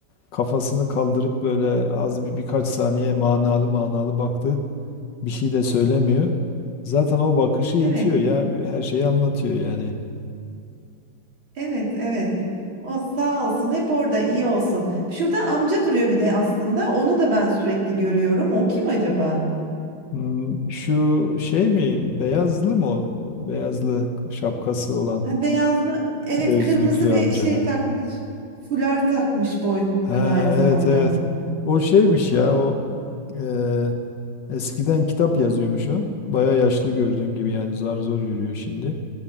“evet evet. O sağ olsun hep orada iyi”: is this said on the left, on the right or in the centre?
Right